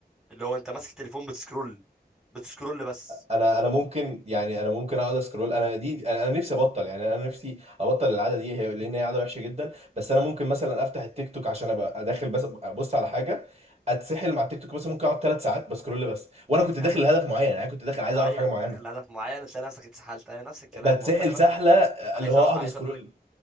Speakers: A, in the centre; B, on the right.
A: اللي هو انت ماسك تليفون بتسكرول بتسكرول بس
B: انا انا ممكن يعني انا ممكن اقعد اسكرول انا دي انا انا نفسي ابطل يعني انا نفسي ابطل العاده دي هي لان هي عاده وحشه جدا بس انا ممكن مثلا افتح التيك توك عشان ابقى داخل بس ابص على حاجه اتسحل مع التيك توك مثلا ممكن اقعد ثلاث ساعات بسكرول بس وانا كنت داخل
A: يا عم انا
B: لهدف معين يعني كنت داخل عايز
A: ايوه
B: اعرف حاجه معينه
A: دخل هدف معين تلاقي نفسك اتسحلت ايوه نفس الكلام
B: بتسحل
A: ما هو خلي بالك
B: سحله
A: عايز
B: اللي هو
A: أ-
B: اقعد
A: عايز
B: سكرول
A: اقول لك